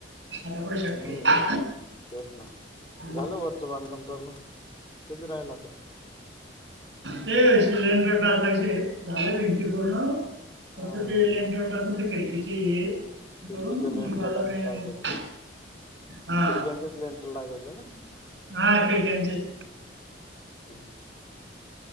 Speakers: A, on the right; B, on the left.
A: आता कुठे
B: हम्म
A: शक्य आहे
B: तेच ना
A: हम्म.
B: झालं वरचं बांधकाम चालू? किती रायलं आता?
A: ते सिलेंडर टाकायचेत झाले भिंती पूर्ण फक्त
B: हा
A: ते. <unintelligible> खडकीचे हे करून
B: खिडकीच्या <unintelligible>
A: मुली बाला काही
B: टाकायचे
A: नाही मग
B: खिडक्यांच्याचं
A: हा
B: लेंथ ला टाकायचं. चला
A: हा खिडक्यांचेच
B: हम्म.